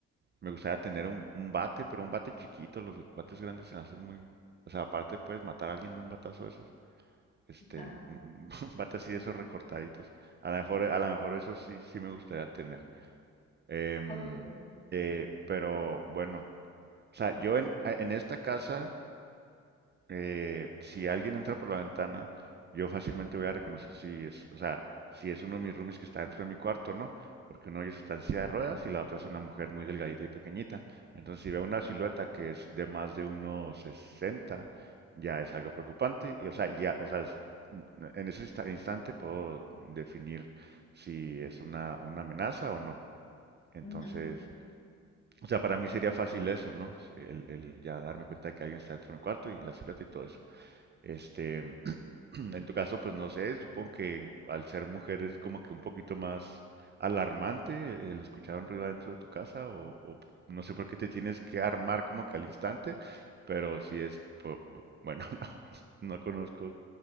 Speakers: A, on the right; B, on the left.
A: Me gustaría tener un, un bate, pero un bate chiquito. Los bates grandes se me hacen muy... O sea, aparte puedes matar a alguien de un batazo de esos. Este,
B: ajá.
A: un, <laughs> un bate así de esos recortaditos. A lo mejor, a lo mejor eso sí, sí me gustaría tener. Em,
B: Ok.
A: eh, pero bueno, o sea, yo en, en esta casa eh, si alguien entra por la ventana, yo fácilmente voy a reconocer si es, o sea, si es uno de mis roomies que está dentro de mi cuarto o no, porque uno de ellos está en silla de ruedas y la otra es una mujer muy delgadita y pequeñita. Entonces, si veo una silueta que es de más de unos 60, ya es algo preocupante y, o sea, ya, o sea, es- en ese insta- instante puedo definir si es una, una amenaza o no. Entonces,
B: ujú.
A: o sea, para mí sería fácil eso, ¿no? El, el ya darme cuenta de que alguien está dentro de mi cuarto y la silueta y todo eso. Este, <clears throat> en tu caso, pues no sé, supongo que al ser mujer es como que un poquito más alarmante el escuchar un ruido adentro de tu casa o, o no sé por qué te tienes que armar como que al instante, pero si es, po- bueno, <laughs> no, no conozco,